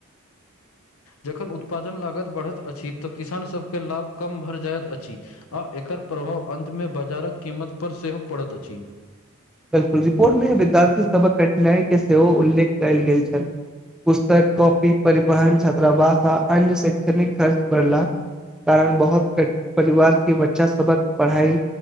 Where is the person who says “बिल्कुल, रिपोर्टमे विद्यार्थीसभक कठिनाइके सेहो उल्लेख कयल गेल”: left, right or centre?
Centre